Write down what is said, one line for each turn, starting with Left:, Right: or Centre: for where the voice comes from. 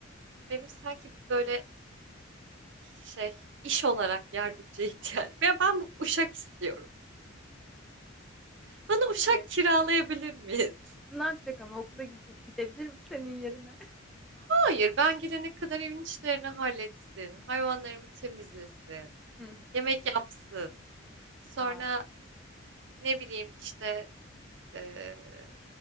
Right: Benim sanki bir böyle şey iş olarak yardımcı ihtiyacım. Ya ben bu uşak istiyorum. Bana uşak
Centre: Evet.
Right: kiralayabilir miyiz?
Centre: Ne yapacak ama okula gide- gidebilir mi senin yerine?
Right: Hayır, ben girene kadar evin işlerini halletsin, hayvanlarımı temizlesin,
Centre: <laughs> Hı hı.
Right: yemek yapsın. Sonra
Centre: Aa,
Right: ne bileyim işte eee,